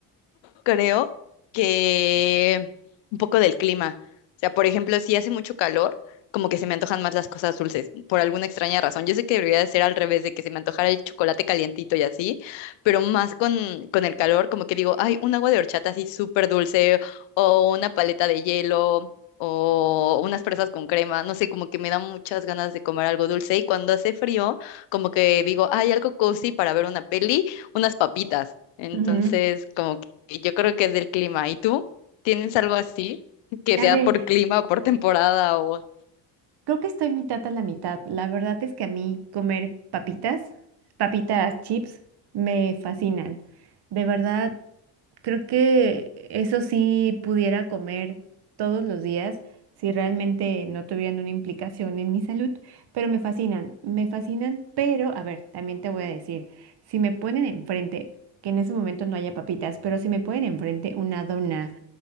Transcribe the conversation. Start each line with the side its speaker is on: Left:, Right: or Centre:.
Left: creo que un poco del clima. O sea, por ejemplo, si hace mucho calor, como que se me antojan más las cosas dulces, por alguna extraña razón. Yo sé que debería de ser al revés, de que se me antojara el chocolate calientito y así, pero más con, con el calor, como que digo, ay, un agua de horchata así súper dulce, o una paleta de hielo, o unas fresas con crema, no sé, como que me dan muchas ganas de comer algo dulce. Y cuando hace frío, como que digo, ay, algo cozy para ver una peli, unas papitas. Entonces,
Right: Ujú.
Left: como y Yo creo que es del clima. ¿Y tú? ¿Tienes algo así? Que
Right: A
Left: sea
Right: ver,
Left: por clima o por temporada o...
Right: Creo que estoy mitad a la mitad. La verdad es que a mí comer papitas, papitas chips, me fascinan. De verdad, creo que eso sí pudiera comer todos los días si realmente no tuvieran una implicación en mi salud, pero me fascinan, me fascinan, pero a ver, también te voy a decir, si me ponen enfrente, que en ese momento no haya papitas, pero si me ponen enfrente una dona,